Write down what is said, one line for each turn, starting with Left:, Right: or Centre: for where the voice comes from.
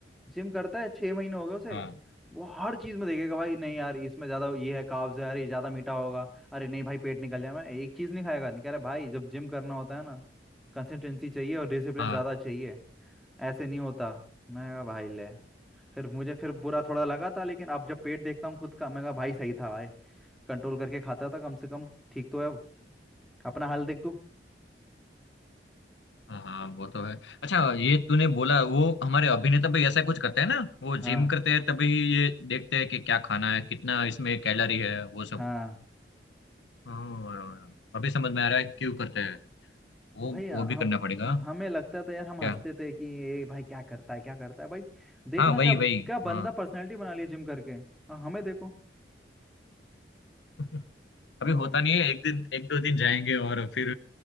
Centre: जिम करता है छह महीने हो गए उसे
Left: हाँ
Centre: वो हर चीज में देखेगा भाई नहीं यार इसमें ज्यादा ये है कार्ब्स है अरे ये ज्यादा मीठा होगा अरे नहीं भाई पेट निकल जाए मैं एक चीज नहीं खाएगा नहीं कह रहा भाई जब जिम करना होता है ना कंसिस्टेंसी चाहिए और डिसिप्लिन
Left: हाँ
Centre: ज्यादा चाहिए ऐसे नहीं होता मैं कहा भाई ले फिर मुझे फिर बुरा थोड़ा लगा था लेकिन अब जब पेट देखता हूँ खुद का मैं कहा भाई सही था भाई कंट्रोल करके खाता था कम से कम ठीक तो है अब। अपना हाल देख तू
Left: हाँ हाँ वो तो है अच्छा ये तूने बोला वो हमारे अभिनेता भी ऐसा कुछ करते हैं ना वो
Centre: हाँ
Left: जिम करते हैं तभी ये देखते हैं कि क्या खाना है कितना इसमें कैलोरी है वो सब
Centre: हाँ
Left: हाँ, अभी समझ में आ रहा है क्यों करते हैं वो
Centre: भाई हम
Left: वो भी करना पड़ेगा
Centre: हमें लगता था यार हम हंसते
Left: क्या
Centre: थे कि ये भाई क्या करता है क्या करता है भाई देखना
Left: हाँ वही
Centre: क्या क्या
Left: वही हाँ
Centre: बंदा पर्सनैलिटी बना लिया जिम करके हाँ हमें देखो
Left: <laughs> अभी
Centre: हम्म
Left: होता नहीं है एक दिन एक दो दिन जाएंगे और फिर